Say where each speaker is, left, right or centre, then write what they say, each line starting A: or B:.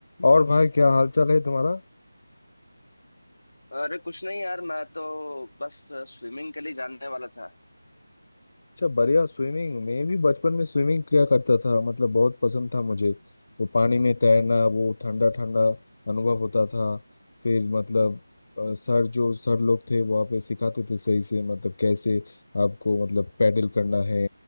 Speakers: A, on the left; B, on the left.
A: और भाई क्या हाल चाल है तुम्हारा
B: अरे कुछ नहीं यार मैं तो बस स्विमिंग के लिए जानने वाला था
A: अच्छा बढ़िया स्विमिंग मैं भी बचपन में स्विमिंग किया करता था मतलब बहुत पसंद था मुझे वो पानी में तैरना वो ठंडा ठंडा अनुभव होता था फिर मतलब अ, सर जो सर लोग थे वहाँ पे सिखाते थे सही से मतलब कैसे आपको मतलब पैडल करना है